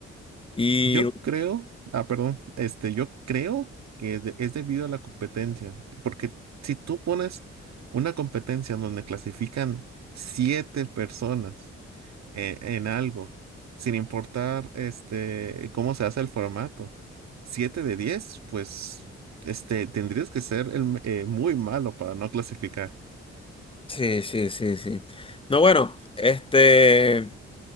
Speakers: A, on the left; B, on the right.
A: Y
B: Yo creo, ah, perdón, este, yo creo que es, de- es debido a la competencia, porque si tú pones una competencia en donde clasifican siete personas, e- en algo, sin importar este cómo se hace el formato. siete de 10 pues este tendrías que ser el m- eh, muy malo para no clasificar.
A: sí, sí, sí, sí. No, bueno, este...